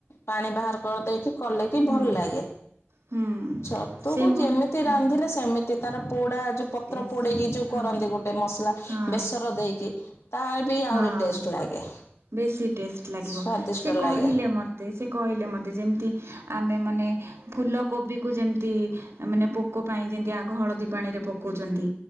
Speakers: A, on the left; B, on the right.
A: ପାଣି ବାହାର କରିଦେଇକି କଲେ କି
B: ହୁଁ
A: ଭଲ ଲାଗେ
B: ହୁଁ
A: ଛତୁକୁ
B: ସେ ମ
A: ଯେମିତି
B: ହଁ
A: ରାନ୍ଧିଲେ ସେମି ତି ତାର ପୋଡା ଯୋଉ ପତ୍ର
B: ହଁ
A: ପୋଡେଇକି ଯୋଉ କରନ୍ତି ଗୋଟେ ମସଲା
B: ହଁ
A: ବେସର ଦେଇକି ତା ବି
B: ହଁ
A: ଆହୁରି ଟେଷ୍ଟ ଲାଗେ।
B: ବେଶୀ ଟେଷ୍ଟ ଲାଗିବ
A: ସ୍ଵାଦିଷ୍ଟ
B: ସେ କହିଲେ
A: ଲାଗେ
B: ମୋତେ ସେ କହିଲେ ମୋତେ ଯେମିତି ଆମେ ମାନେ ଫୁଲ କୋବି କୁ ଯେମିତି ମାନେ ପୋକ ପାଇଁ ଯେମିତି ଆଗ ହଳଦୀ ପାଣିରେ ପକଉଚନ୍ତି।